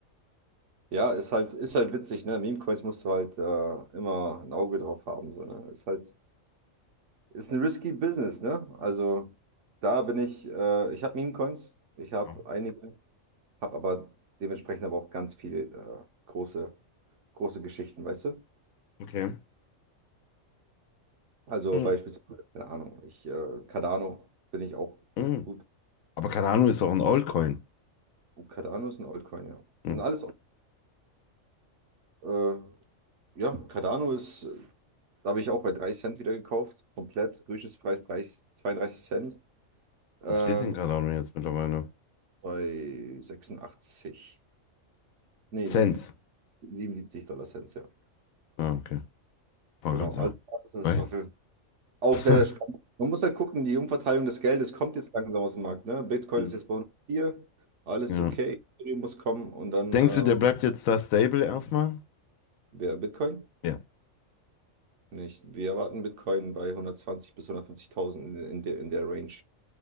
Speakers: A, on the right; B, on the left.
A: Ja, ist halt, ist halt witzig, ne? Meme-Coins musst du halt äh, immer ein Auge drauf haben, so, ne? Ist halt, ist ein risky Business, ne? Also da bin ich, äh, ich habe Meme-Coins, ich habe
B: Ja.
A: einige, habe aber dementsprechend aber auch ganz viel äh, große, große Geschichten, weißt du?
B: Okay.
A: Also
B: Mm,
A: beispielsweise, keine Ahnung, ich, äh, Cardano bin ich auch
B: mm.
A: gut.
B: Aber Cardano ist auch ein Altcoin.
A: Oh, Cardano ist ein Altcoin, ja. Das
B: Hm.
A: sind alles, äh, ja, Cardano ist, äh, da habe ich auch bei 30 Cent wieder gekauft, komplett, Durchschnittspreis 30, 32 Cent. Ähm,
B: Wo steht denn Cardano jetzt mittlerweile?
A: bei 86. Nee,
B: Cents.
A: 77, 77 Dollar Cent, ja.
B: Ah, okay. War
A: Genau.
B: grad so.
A: Also das
B: Weil-
A: ist auf jeden Fall auch
B: <laughs>
A: sehr, sehr spannend. Man muss halt gucken, die Umverteilung des Geldes kommt jetzt langsam aus dem Markt. Ne? Bitcoin
B: Mhm.
A: ist jetzt bei 104, alles
B: ja.
A: ist okay, Ethereum muss kommen und dann
B: Denkst
A: äh,
B: du, der bleibt jetzt da stable erstmal?
A: wer Bitcoin?
B: Ja.
A: Nicht. Wir erwarten Bitcoin bei 120 bis 150.000 in, in der, in der Range